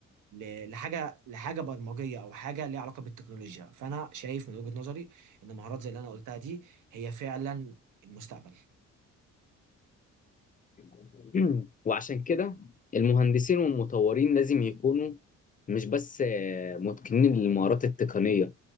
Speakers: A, on the right; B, on the left.
A: ل- لحاجه لحاجه برمجيه او حاجه ليها علاقه بالتكنولوجيا فانا شايف من وجهة نظري ان مهارات زي اللي انا قلتها دي هي فعلا المستقبل
B: <clears throat> وعشان كده المهندسين والمطورين لازم يكونوا مش بس آه، متقنين للمهارات التقنيه